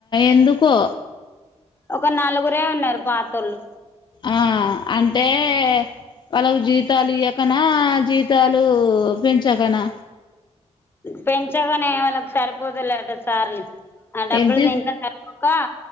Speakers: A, on the left; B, on the left.
A: ఎందుకో
B: ఒక నలుగురే ఉన్నారు పాతొళ్ళు
A: ఆ అంటే వాల్లకు జీతాలు ఇయకనా జీతాలూ పెంచకనా
B: పెంచగనే వాళ్ళకి సరిపోతలేదట సాలరి ఆ డబ్బులు
A: ఎంత
B: ఇం సరిపో కా